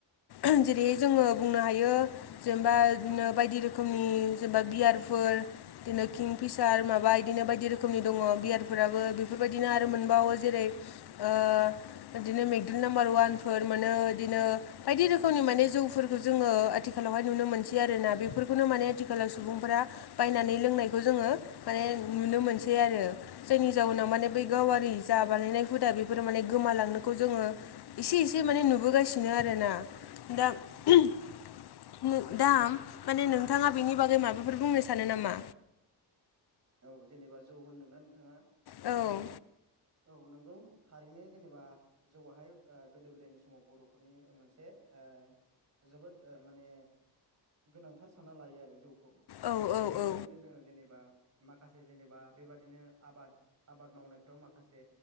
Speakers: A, on the left (about 70°); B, on the right (about 40°).
A: ओम जेरैयै जोङो बुंनो हायो जेनेबा इदिनो बायदि रोखोमनि जेनेबा बियारफोर इदिनो किं फिसार माबा इदिनो बायदि रोखोमनि दङ' बियारफोराबो बेफोरबायदिनो आरो मोनबावो जेरै ओ इदिनो मेकदुल नाम्बार उवानफोर मोनो इदिनो बायदि रोखोमनि माने जौफोरखौ जोङो आथिखालावहाय नुनो मोनसै आरोना बेफोरखौनो माने आथिखालाव सुबुंफोरा बायनानै लोंनायखौ जोङो माने नुनो मोनसै आरो दि जायनि जाउनाव माने बै गावारि जा बानायनाय हुदा बेफोरो माने गोमालांनोखौ जोङो एसे एसे माने नुबोगासिनो आरोना दा
B: औ
A: <unintelligible> दा माने नोंथाङा बिनि बागै माबाफोर बुंनो सानो नामा
B: औ जेनेबा जौ होनदोंना नोंथाङा
A: औ
B: औ नोंगौ थारैनो जेनेबा जौहाय गोदो गोदायनि समाव बर'फोरनि मोनसे ओ जोबोद ओ माने गोनांथार साना लायो आरो जौखौ
A: औ
B: माने
A: औ
B: बेबादि
A: औ
B: बिदिनो जोङो जेनेबा माखासे जेनेबा बेबादिनो आबाद आबाद मावनायफ्राव मा माखासे